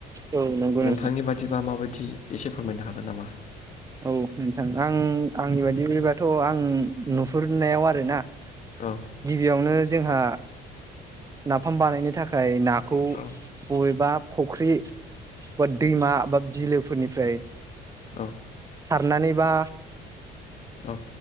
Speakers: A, on the right; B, on the left.
A: औ नंगौ
B: नोंथांनि
A: नोंथां
B: बादिबा माबायदि एसे फोरमायनो हागोन नामा
A: औ नोंथां आं आंनि बायदिबाथ' आं नुहुरनायाव आरोना
B: औ
A: गिबियावनो जोंहा नाफाम बानायनो थाखाय ना खौ
B: औ
A: बबेबा फुख्रि बा दैमा बा बिलोफोरनिफ्राय
B: औ
A: सारनानैबा
B: औ